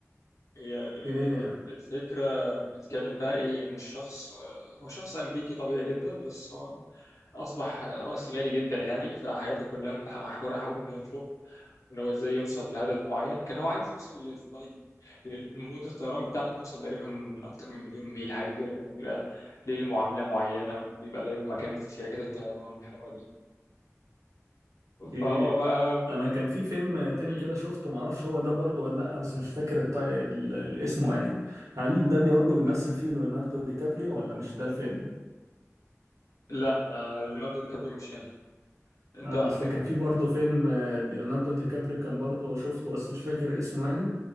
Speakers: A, on the left (about 85°); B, on the right (about 80°).
A: هي ال-
B: أوكي
A: ال- الفكرة بتتكلم بقى إيه إن الشخص آه، هو شخص أمريكي طبيعي جدا بس هو أصبح رأسمالي جدا يعني فحياته كلها متمحورة حول إن هو يشوف إن هو إزاي يوصل لهدف معين كان هو عايز يوصل للفلايت مدة الطيران بتاعته توصل تقريبا أكتر من مليون ميل حاجة كده فبيبقى ليه معاملة معينة وبيبقى له مكان في شركات الطيران والحوارات دي
B: أوكي
A: فهو بقى
B: انا كان في فيلم تاني
A: مم.
B: كده شفته معرفش هو ده برضه ولا لا بس مش فاكر الط... ال... الاسمه يعني هل ده برضه بيمثل فيه ليوناردو دي كابريو ولا مش ده الفيلم
A: لا ما ليوناردو دي كابريو مش هنا أنت
B: اه
A: ممكن
B: اصل كان في برضه فيلم آه، ليوناردو دي كابريو كان برضه شفته بس مش فاكر اسمه يعني